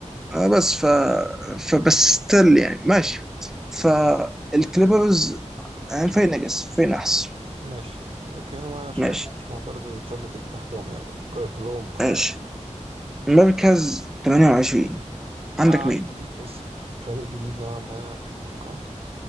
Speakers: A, in the centre; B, on the right.
A: آه بس ف فبس ستيل يعني ماشي فالكليبرز آه، فين نجس فين احسن
B: ماشي يعني أوكي أنا ماشي
A: ماشي
B: ماشي مش معترض إن تشارلوت يبقى تحتهم يعني ك- كلهم خرا
A: ماشي مركز 28 عندك
B: آه
A: مين؟
B: عندي اسم فريق جديد نوعا ما يعني أتوقع